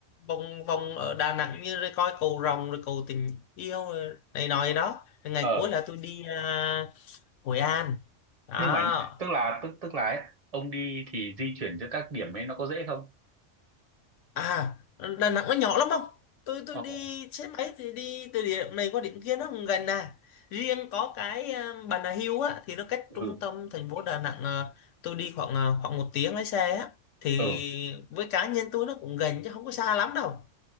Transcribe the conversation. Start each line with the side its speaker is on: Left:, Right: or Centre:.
Left: vòng vòng ở Đà Nẵng như rồi coi cầu Rồng rồi cầu Tình Yêu rồi này nọ gì đó Rồi ngày
Right: ờ,
Left: cuối là tôi đi à, Hội An đó
Right: nhưng mà nhá, tức là tức tức là ấy, ông đi thì di chuyển giữa các điểm ấy nó có dễ không?
Left: à Đà Nẵng nó nhỏ lắm không tôi tôi
Right: Ồ,
Left: đi xe máy thì đi từ điểm này qua điểm kia nó cũng gần à riêng có cái à, Bà Nà Hills á thì nó cách
Right: ừ,
Left: trung tâm thành phố Đà Nẵng à, tôi đi khoảng à, khoảng một tiếng lái xe á thì
Right: ừ.
Left: với cá nhân tôi nó cũng gần chứ không có xa lắm đâu